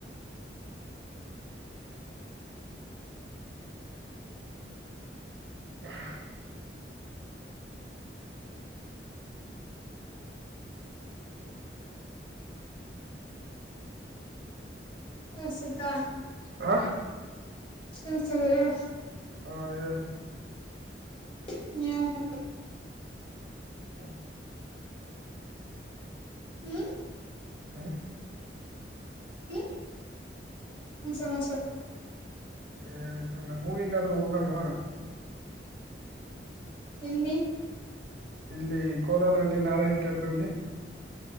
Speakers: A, on the right (about 60°); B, on the left (about 30°).
A: ಹ <inaudible>
B: ಹ್ಮ್ ಸೇತ
A: ಹಾ
B: ಎಸ <inaudible>
A: ಹಾ ಹೇಳ್
B: ಹ್ಮ್್ಮ <unintelligible>
A: ಹ್ಮ <unintelligible>
B: ಹ್ಮ್
A: ಹ್ಮ್
B: ಹ್ಮ್ ಏನ್ ಸಮಾಚಾರ
A: ಏ <unintelligible> ಮೂವಿಗಾದ್ರೂ ಹೋಗೋಣವಾ
B: ಎಲ್ಲಿ
A: ಇಲ್ಲಿ ಕೋಲಾರಲ್ಲಿ ನಾರಾಯಣ <unintelligible> ೇಟರ್ಲ್ಲಿ